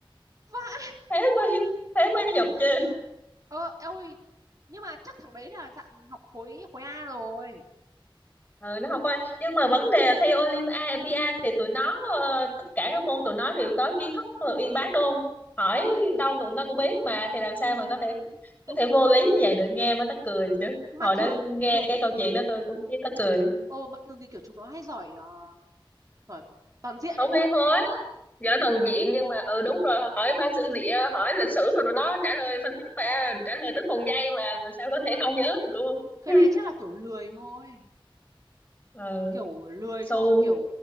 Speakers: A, on the right (about 40°); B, on the left (about 15°).
A: vãi
B: thế mới thế mới nhục chứ
A: ờ ôi nhưng mà chắc thằng đấy là dạng học khối khối A rồi
B: ừ, nó học qua nhưng mà vấn đề là thi Olympia thì tụi nó ờ, tất cả các môn tụi nó đều có kiến thức ờ, uyên bác đúng không hỏi
A: ừ,
B: đâu tụi nó cũng biết mà thì làm sao
A: ừ,
B: mà có thể có
A: đúng
B: thể vô lý như vậy được nghe mới mắc cười chứ
A: mà
B: hồi
A: thường
B: đó nghe
A: thường
B: cái
A: thì
B: câu chuyện đó tôi cũng thấy mắc cười
A: ờ mà thường thì kiểu chúng nó hay giỏi ờ, giỏi toàn diện
B: không
A: ấy
B: thi hóa giỏi toàn diện nhưng mà ừ đúng rồi hỏi văn sử địa hỏi lịch sử rồi tụi nó trả lời phân tích và trả lời tính bằng giây mà làm sao có
A: ừ
B: thể không nhớ được đúng không
A: cái
B: <laughs>
A: này chắc là kiểu lười thôi
B: ừ
A: kiểu lười
B: su
A: xong rồi kiểu